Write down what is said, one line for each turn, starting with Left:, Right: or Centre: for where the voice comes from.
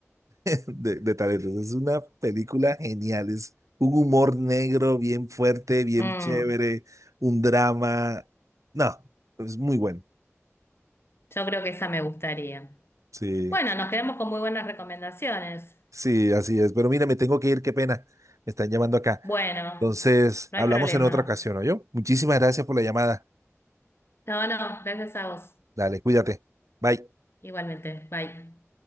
Right: de, de talentos. Es una película genial, es un humor negro bien fuerte, bien
Left: Mm,
Right: chévere, un drama. No, es muy bueno.
Left: yo creo que esa me gustaría.
Right: Sí,
Left: Bueno, nos quedamos con muy buenas recomendaciones.
Right: sí, así es. Pero mira, me tengo que ir, qué pena. Me están llamando acá.
Left: Bueno,
Right: Entonces,
Left: no
Right: hablamos
Left: hay problema.
Right: en otra ocasión, ¿oyó? Muchísimas gracias por la llamada.
Left: No, no, gracias a vos.
Right: Dale, cuídate. Bye.
Left: Igualmente. Bye.